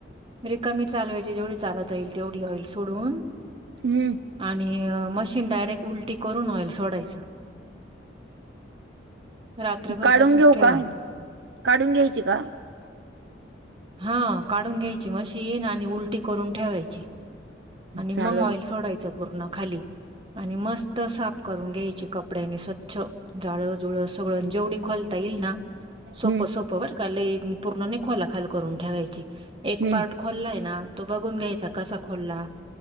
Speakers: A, on the right; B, on the right.
A: रिकामी चालवायचि जेवढी चालवता येईल तेवढी आँईल सोडून.
B: हम्म
A: आणि मशीन डायरेक्ट उलटी करून ऑईल सोडायचं. रात्रभर
B: काढून
A: तसच
B: घेऊ
A: ठेवायचं.
B: का काढून घ्यायची का?
A: हा काढून घ्यायची मशीन आणि उलटी करून ठेवायची. आणि मग
B: चालेल.
A: ऑइल सोडायच पूर्ण खाली आणि मस्त साफ करून घ्यायची कपड्यांनी स्वच्छ जाळजुळ सगळं जेवढी खोलता येईल ना सोपं
B: हम्म
A: सोपं बर का लई पूर्ण नाही खोलाखाल करून ठेवायची. एक
B: हम्म
A: पार्ट खोललाय ना तो बघून घ्यायचा कसा खोलला.